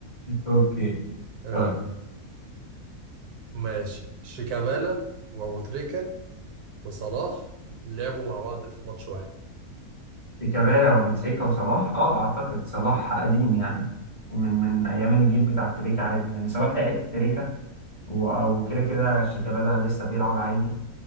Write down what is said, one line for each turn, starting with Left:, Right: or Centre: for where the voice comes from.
Left: أوكي
Right: آه،
Left: طيب
Right: ماشي شيكابالا وابو تريكا وصلاح لعبوا مع بعض في ماتش واحد
Left: شيكابالا وبوتريكا وصلاح اه أعتقد صلاح قديم يعني من من أيام الجيل بتاع تريكة عادي يعني صلاح لحق تريكة و- وكده كده شيكابالا لسه بيلعب عادي